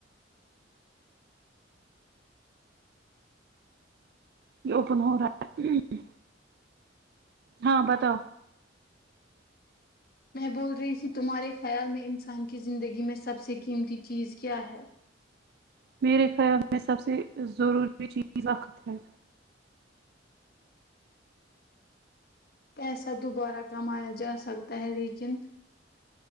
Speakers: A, on the right; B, on the left.
A: یہ اوپن ہو رہا ہے ہاں بتاؤ
B: میں بول رہی تھی تمہارے خیال میں انسان کی زندگی میں سب سے قیمتی چیز کیا ہے
A: میرے خیال میں سب سے ضروری چیز وقت ہے
B: پیسہ دوبارہ کمایا جا سکتا ہے لیکن